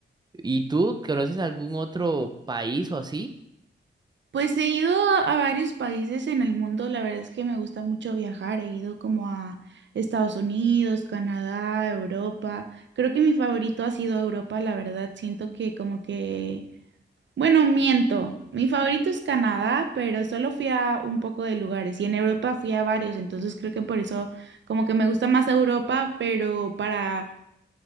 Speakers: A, on the right; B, on the right.
A: ¿Y tú conoces algún otro país o así?
B: Pues he ido a a varios países en el mundo, la verdad es que me gusta mucho viajar, he ido como a Estados Unidos, Canadá, Europa. Creo que mi favorito ha sido Europa, la verdad, siento que como que Bueno, miento. Mi favorito es Canadá, pero solo fui a un poco de lugares y en Europa fui a varios, entonces creo que por eso como que me gusta más Europa, pero para